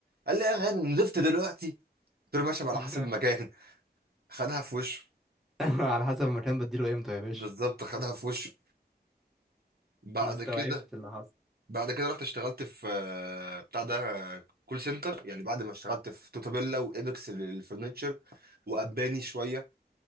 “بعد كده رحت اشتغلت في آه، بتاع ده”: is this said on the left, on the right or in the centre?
Right